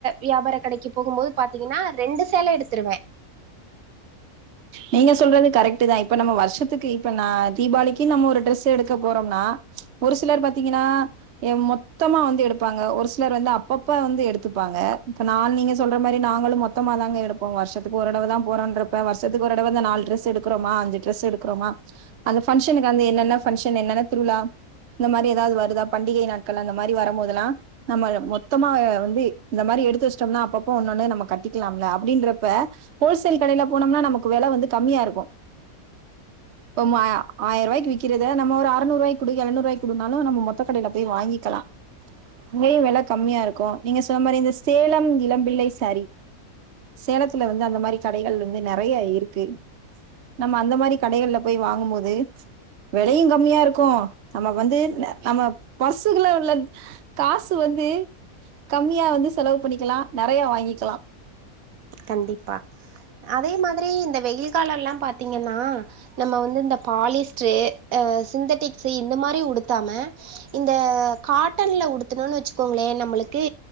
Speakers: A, on the right; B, on the right.
A: வியாபார கடைக்கு போகு போது பாத்திங்கன்னா ரெண்டு சேல எடுத்ருவே
B: நீங்க சொல்றது கரெக்ட் தா இப்ப நம்ம வர்ஷத்துக்கு இப்ப நா தீபாளிக்கு நம்ம ஒரு டிரெஸ் எடுக்க போறோனா ஒரு சிலர் பாத்திங்கன்னா எ மொத்தமா வந்து எடுப்பாங்க ஒரு சிலர் வந்து அப்பப்ப வந்து எடுத்துப்பாங்க இப்ப நா நீங்க சொல்ற மாரி நாங்களு மொத் மொத்தமா தாங்க எடுப்போ வர்ஷத்துக்கு ஒருடவு தா போறோன்றப்ப வர்ஷத் இங்கு ஒருதடவ நாலு டிரஸ் எடுக்குறோமா அஞ்சு ட்ரஸ் எடுக்குறோமா அந்த பன்க்ஷனுக்கு அந்து என்னென்ன ஃபங்க்ஷன் என்னென்ன திருவிழா இந்த மாரி எதாவது வருதா பண்டிகை நாட்கள் அந்த மாரி வரம்போதல்லா நம்ம மொத்தமா வந்து இந்த மாரி எடுத்து வச்ட்டோம்னா அப்பப்போ ஒன்னொன்னு நம்ம கட்டிக்கலாம்ல அப்டின்றப்ப ஹோல்சேல் கடையில போனோம்னா நமக்கு வெல வந்து கம்மியா இருக்கு இப்ப ஆயர்ருவாய்கு விக்கிறத நம்ம ஒரு அறநூருவாய்க் குடு எழநூருவாய்க் குடுனாலு நம்ம மொத்தக்கடைல போய் வாங்கிக்கலா அங்கயு வெல கம்மியா இருக்கு நீங்க சொன்ன மாரி இந்த சேலம் இளம்பிள்ளை சாரி சேலத்துல வந்து அந்த மாரி கடைகள் வந்து நெறைய இருக்கு நம்ம அந்த மாரி கடைகள்ல போய் வாங்கும் போது வெலையு கம்மியா இருக்கு நம்ம வந்து நம்ம பர்சுக்குள்ள உள்ள காசு வந்து கம்மியா வந்து செலவு பண்ணிக்கலா நெறைய வாங்கிக்கலா
A: கண்டிப்பா அதே மாதிரி இந்த வெயில் கால எல்லா பாத்தீங்கன்னா நம்ம வந்து இந்த பாலிஸ்ட்ரு அ சிந்தட்டிக்ஸு இந்த மாரி உடுத்தாம இந்த காட்டன்ல உடுத்துணுன் வச்சுக்கோங்களே நம்மளுக்கு